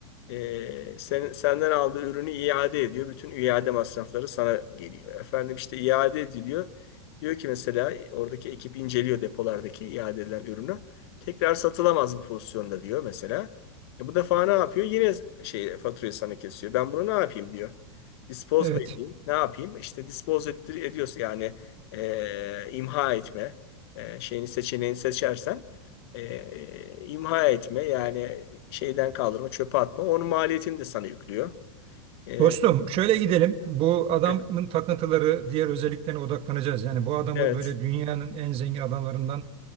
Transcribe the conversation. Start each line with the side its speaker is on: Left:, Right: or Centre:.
Left: e, sen, senden aldığı ürünü iade ediyor. Bütün iade masrafları sana geliyor. Efendim işte iade ediliyor. Diyor ki mesela oradaki ekip inceliyor depolardaki iade edilen ürünü. Tekrar satılamaz bir pozisyonda diyor mesela. E bu defa ne yapıyor? Yine şey faturayı sana kesiyor. Ben bunu ne yapayım diyor. Dispose
Right: Evet.
Left: mu edeyim? Ne yapayım? İşte dispose ettir, ediyorsa yani e, imha etme e, şeyini seçeneğini seçersen e, imha etme yani şeyden kaldırma, çöpe atma. Onun maliyetini de sana yüklüyor. E,
Right: Dostum şöyle gidelim. Bu adamın
Left: <laughs>
Right: takıntıları, diğer özelliklerine odaklanacağız. Yani bu adamı
Left: evet,
Right: böyle dünyanın en zengin adamlarından